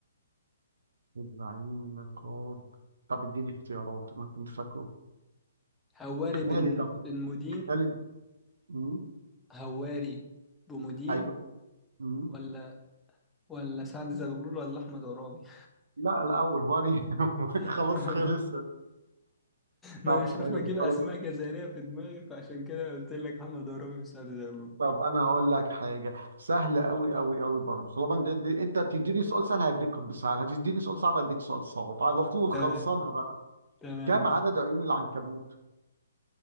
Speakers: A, on the right; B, in the centre.
A: الزعيم النقاد طب اديني اختيارات انا كنت فاكره
B: هواري
A: خالد
B: بن
A: طبعا
B: بن مودين
A: خالد مم.
B: هواري بمودين
A: ايوه مم.
B: ولا ولا سعد زغلول ولا أحمد عرابي؟
A: لا الاول هو أنا- <laughs>
B: <laughs>
A: خلاص خلص
B: ما
A: طب
B: انا مش عارف
A: حلو
B: اجيب اسماء
A: طالما
B: جزائريه في دماغي فعشان كده قلت لك محمد عرابي وسعد زغلول
A: طب انا هقول لك حاجه سهله قوي قوي قوي برضه طالما انت دي... انت تديني سؤال سهل هديك بسهل هتديني سؤال صعب هديك سؤال صعب على طول
B: تمام
A: خلصانه بقى
B: تمام
A: كم
B: ماشي
A: عدد عيون العنكبوت